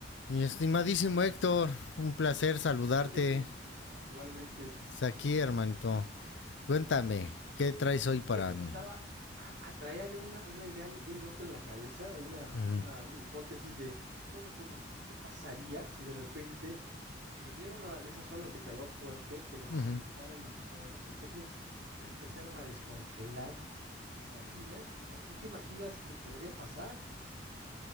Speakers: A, on the left (about 80°); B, on the right (about 70°).
A: Mi estimadísimo Héctor, un placer saludarte.
B: Estás, Jersey, igualmente.
A: Aquí, hermanito. Cuéntame, ¿qué traes hoy para
B: Fíjate
A: mí?
B: que estaba, a- atraía yo una, una idea bien loca en la cabeza, una,
A: Ujú,
B: una hipótesis de, bueno, como, que, ¿qué pasaría si de repente viniera una de esas olas de calor fuerte, pero nos
A: ujú.
B: afectara en los polos? Y entonces se empezaran a descongelar. ¿Te imaginas? O sea, ¿qué te imaginas que podría pasar?